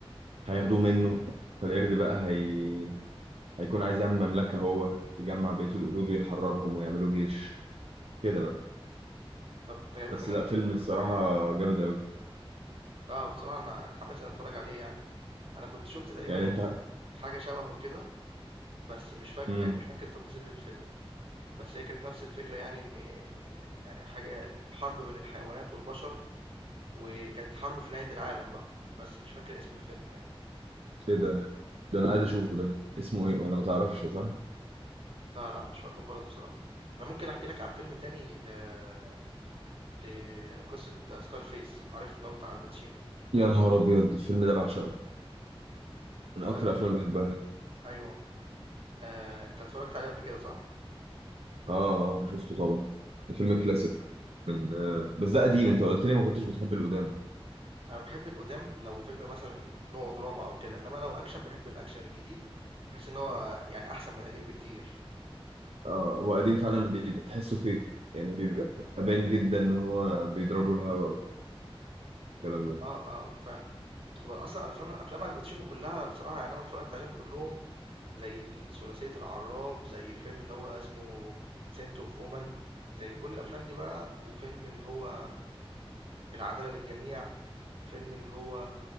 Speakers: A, on the right; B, on the right.
A: هياخدوه منه فالقرد بقى هي... هيكون عايز يعمل مملكة هو يجمع بقية القرود ويحررهم ويعملوا جيش كده بقى
B: طب ده فيلم
A: بس
B: جامد
A: لا فيلم
B: جدا
A: الصراحة
B: بصراحه
A: جامد أوي
B: لا بصراحه انا اتحمست ان اتفرج عليه يعني انا كنت شفت تقريبا
A: يعني أنت
B: حاجه شبهه كده بس مش فاكر
A: مم.
B: يعني مش فاكر تفاصيل الفيلم بس هي كانت نفس الفكره يعني ان يعني حاجه حرب بين الحيوانات والبشر وكانت حرب في نهايه العالم بقى بس مش فاكر اسم الفيلم يعني
A: ايه ده ده انا عايز اشوفه ده اسمه ايه ولا ما تعرفش صح
B: لا لا مش فاكره خالص بصراحه انا ممكن احكي لك عن فيلم تاني آه، لقصة سكارفيس عارف اللي هو بتاع الباتشينو
A: يا نهار ابيض الفيلم ده بعشقه من اكتر
B: طيب
A: الافلام اللي بحبها
B: أيوه آه، أنت اتفرجت عليه قبل كده صح؟
A: اه اه شفته طبعا ده فيلم كلاسيك من آه بس ده قديم انت قلت لي ما كنتش بتحب القدام
B: أنا بحب القدام لو فيلم مثلا نوعه دراما أو كده إنما لو أكشن بحب الأكشن الجديد بحس إن هو يعني أحسن من القديم بكتير
A: اه هو قديم فعلا بيبقى تحسه فيك يعني بيبقى باين جدا ان هو بيضربوا الهوا والكلام ده
B: أه أه فعلا وأصلا أفلام أفلام الباتشينو كلها بصراحة يعني أنا اتفرجت عليهم كلهم زي ثلاثية العراب زي فيلم اللي هو اسمه سنت أوف وومن زي كل الأفلام دي بقى وفيلم اللي هو العدالة للجميع فيلم اللي هو